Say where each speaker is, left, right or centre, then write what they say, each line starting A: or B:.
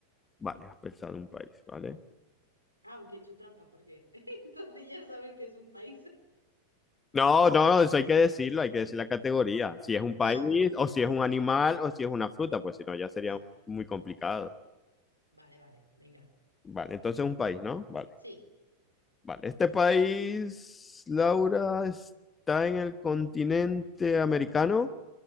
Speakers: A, on the left (about 15°); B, on the left (about 80°).
A: Vale, has pensado en un país, ¿vale?
B: Ah, Aunque he hecho trampa, porque <laughs> entonces ya saben que es un país.
A: No, no, no, eso hay que decirlo, hay que decir la categoría. Si es un país,
B: Ah, bueno,
A: o si es un animal, o si es una fruta, pues si no, ya sería
B: vale,
A: muy complicado.
B: vale, vale, venga.
A: Vale, entonces un país, ¿no? Vale,
B: Sí,
A: vale. Este país, Laura, está en el continente americano.